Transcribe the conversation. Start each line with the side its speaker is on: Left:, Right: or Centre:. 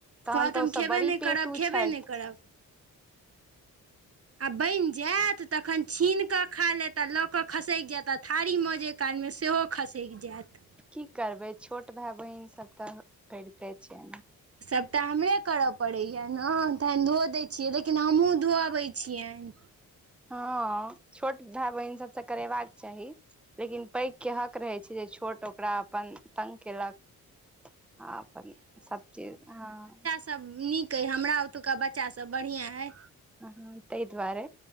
Centre: तहन
Right: कहत,
Centre: तऽ
Right: हम
Centre: ओसभ
Right: खेबे
Centre: बड़ी
Right: नहि
Centre: पेटू
Right: करब, खेबे
Centre: छथि
Right: नहि करब। आ बनि जायत तखन छीन कऽ खा लेत आ लऽ कऽ खसैक जैत आ थारी म जे ओइ कालमे सेहो खसकि जैत
Centre: की करबै छोट भाय बहिन सब तऽ करिते छै ने
Right: सभटा हमरे करय पड़ैए ने तखन धोअ दैत छियै लेकिन हमहूँ धोअबैत छियनि
Centre: हँ छोट भाय बहिन सबसँ करेबाक चाही लेकिन पैघ के हक रहै छै जे छोट ओकरा अपन तंग केलक आ अपन सब चीज़ हां
Right: सभ नीक अइ हमरा ओतुका बच्चाभ बढ़िआँ अइ
Centre: अ ह तहि द्वारे